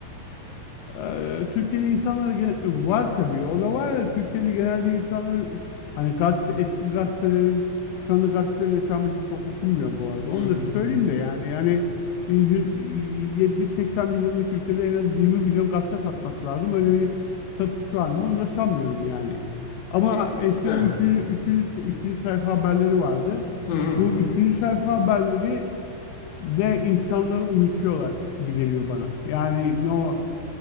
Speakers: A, on the left (about 80°); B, on the left (about 60°).
A: Ee, Türkiye'de insanlar gen- var tabii. O da var ya Türkiye'de genelde insanlar hani gazete, eski gazetelerin şu anda gazetelerin esamesi çok okunmuyor bu arada.
B: Hmm.
A: Onu da söyleyeyim de yani yani e, yü- e, 70-80 milyonluk ülkede en az 20 milyon gazete satması lazım. Öyle bir satış var mı? Onu da sanmıyorum yani. Ama
B: Pe-
A: eskiden
B: Ha.
A: 3. 3. 3. sayfa haberleri vardı.
B: Hmm.
A: Bu 3. sayfa haberleri de insanları uyutuyorlar gibi geliyor bana. Yani no